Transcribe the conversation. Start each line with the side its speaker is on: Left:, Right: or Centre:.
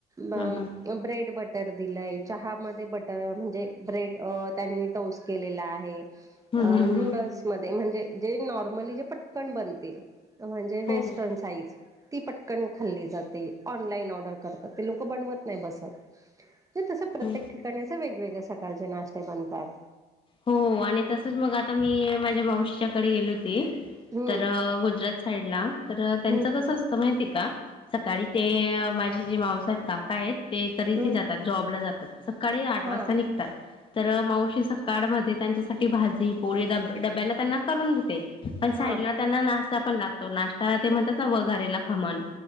Right: म
Left: हम्म हम्म
Right: ब्रेड बट टर दिलाय, चहा मध्ये बटर म्हणजे ब्रेड त्यांनी टोस् केलेला आहे.
Left: हम्म
Right: अ नूडल्स
Left: हम्म
Right: मध्ये, म्हणजे जे नॉर्मली जे पटकन बनतील. त म्हणजे
Left: हम्म
Right: वेस्टर्न साईज ती पटकन खाल्ली जाते. ऑनलाईन ऑर्डर करतात ते लोक बनवत नाय बसतं. तर तसं प्रत्येक
Left: हो.
Right: ठिकाणी असं वेगवेगळे सकाळचे नाश्ते बनतायेत.
Left: हो, आणि तसंच मगं आता मी माझ्या मावशीच्या कडे गेले होते.
Right: हम्म
Left: तर गुजरात साईडला तर त्यांच
Right: हम्म
Left: कसं असं तर माहिती का, सकाळी ते माझे जे मावसा येत काका येत. ते, तर इथे
Right: हम्म
Left: जातात जॉबला जातात, सकाळी आठ
Right: हा
Left: वाजता निघतात. तर मावशी स काडमध्ये त्यांच्यासाठी भाजी पोळी डब्य, डब्याला त्यांना करून देते. पण
Right: हा
Left: साईडला त्यांना नाश्ता पण लागतो. नाश्ता ते म्हणतात ना वघारेला खमन